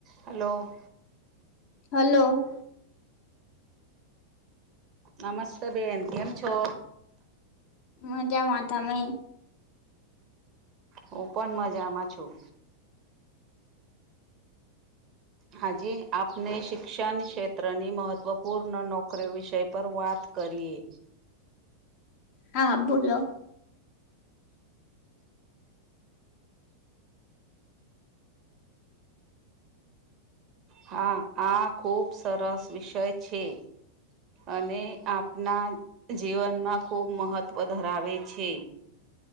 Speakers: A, on the right; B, on the left.
A: Hello
B: hello
A: નમસ્તે બેન કેમ છો
B: મજા મા તમે
A: હુ પણન મજામાં છું હાજી આપને શિક્ષણ ક્ષેત્રની મહત્ત્વપૂર્ણ નોકરીઓ વિષય પર વાત કરીએ
B: હા બોલો
A: હા આ ખૂબ સરસ વિષય છે અને આપના જીવનમાં ખૂબ મહત્ત્વ ધરાવે છે